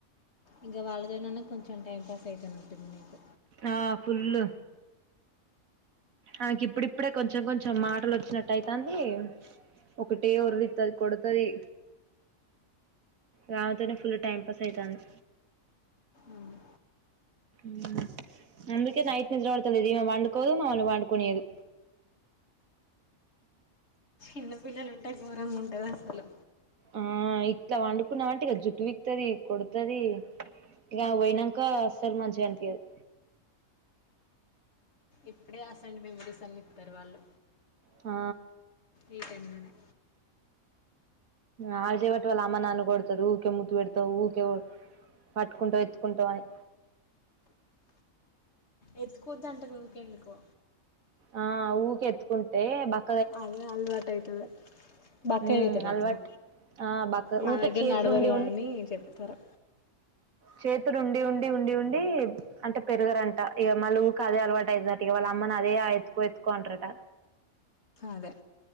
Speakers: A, on the left (about 55°); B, on the right (about 80°).
A: ఇంగ వాళ్ళతోనన్నా కొంచెం టైం పాస్ ఐతున్నట్టుంది నీకు
B: ఆ ఫుల్లు ఆమెకి ఇప్పుడిప్పుడే కొంచెం కొంచెం మాటలు వచ్చినట్ అయితాంది ఒకటే ఓర్లుతది కొడుతది. రామెతోనే ఫుల్లు టైం పాస్ అయితాంది.
A: అవును
B: మ్మ్ అందుకే నైట్ నిద్ర పడతలేదు ఈమె పండుకోదు మమ్మల్ని పండుకోనీయదు.
A: చిన్న పిల్లలు ఉంటే ఘోరంగా ఉంటది అసలు
B: ఆ ఇట్లా వండుకున్నమంటే ఇగ జుట్టు పీక్తది కొడుతది ఇగ పోయినంకాస్ అసలు మంచిగనిపియ్యదు
A: ఇప్పుడే ఆసంది <unintelligible> వాళ్ళు
B: ఆ
A: ఈ టైంలోనే
B: ఆళచేపటి వాళ్ళ అమ్మ నన్ను కొడతాది ఊరికే ముద్దు పెడతావ్ ఊరికే పట్టుకుంటావ్ ఎత్తుకుంటావు అని
A: ఎత్తుకోవద్దంటారు ఉకే ఎందుకో
B: ఆ ఉకే ఎత్తుకుంటే బక్క
A: అదే అలవాటైతదట బక్కగైతరట్నా
B: హ్మ్. అలవాటు. ఆ! బక్క
A: మా
B: ఊకే
A: దగ్గర
B: చేతులుండి
A: నడవరు అని చెప్తరు.
B: చేతిలో ఉండి ఉండి ఉండి ఉండి అంటే పెరగరంట ఇగ మల్ల ఊకే అదే అలవాటయ్యిదట ఇగ వాళ్ళమ్మ నదే ఇగ ఎత్తుకో ఎత్తుకో అంటరట
A: అదే